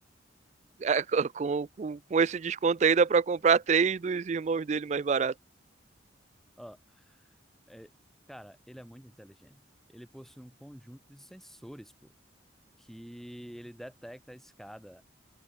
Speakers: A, on the right; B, in the centre.
A: É, co- com, com, com esse desconto aí dá pra comprar três dos irmãos dele mais barato.
B: Ó, é, cara, ele é muito inteligente. Ele possui um conjunto de sensores, pô, que ele detecta a escada